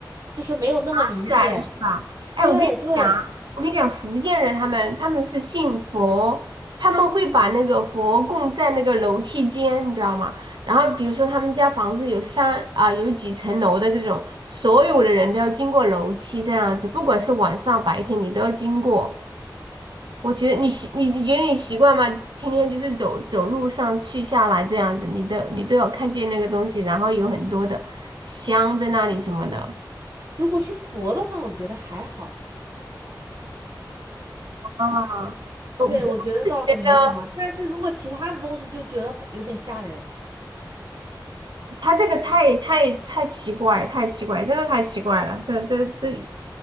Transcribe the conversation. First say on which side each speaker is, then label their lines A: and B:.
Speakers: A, on the right (about 55°); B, on the right (about 80°).
A: 就是没有那么明显。
B: 自然是吧？哎，
A: 对对，
B: 我跟你讲啊，我跟你讲，福建人他们他们是信佛，他们会把那个佛供在那个楼梯间，你知道吗？然后比如说他们家房子有三啊、有几层楼的这种，所有的人都要经过楼梯这样子，不管是晚上白天你都要经过。我觉得你习你你觉得你习惯吗？天天就是走走路上去下来这样子，你都你都有看见那个东西，然后有很多的香在那里什么的。
A: 如果是佛的话，我觉得还好。
B: 啊，我我是觉得。
A: 对，我觉得倒是没什么，但是如果其他的东西，就觉得很有点吓人。
B: 他这个太太太奇怪，太奇怪，真的太奇怪了。这这这